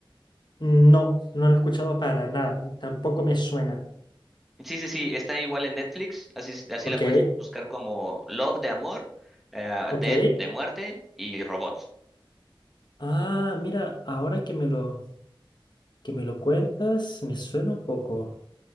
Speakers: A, on the left (about 55°); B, in the centre.
A: No, no lo he escuchado para nada. Tampoco me suena.
B: Sí, sí, sí, está igual en Netflix, así, es- así
A: Ok,
B: la puedes buscar como Love de amor, eh,
A: ok.
B: Dead de muerte y robots.
A: Ah, mira, ahora que me lo, que me lo cuentas, me suena un poco.